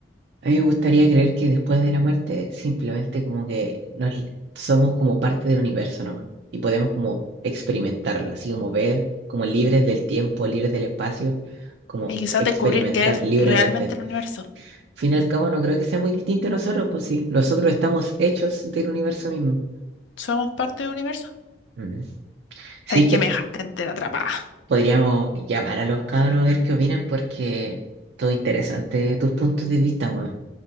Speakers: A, on the right (about 70°); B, on the left (about 85°).
A: A mí me gustaría creer que después de la muerte simplemente como que nos, somos como parte del universo nomás y podemos como experimentarlo, así como ver, como libres del tiempo, libres del espacio, como
B: Y quizás
A: experimentar
B: descubrir que es
A: libremente.
B: realmente el universo.
A: fin y al cabo no creo que sea muy distinto a nosotros, pues sí, nosotros estamos hechos del universo mismo.
B: ¿Somos parte del universo?
A: Ujú. Sí,
B: Ay,
A: es
B: que
A: que t-
B: me dejaste entera atrapada.
A: podríamos llamar a los cabros a ver qué opinan, porque todo interesante tus puntos de vista, weón.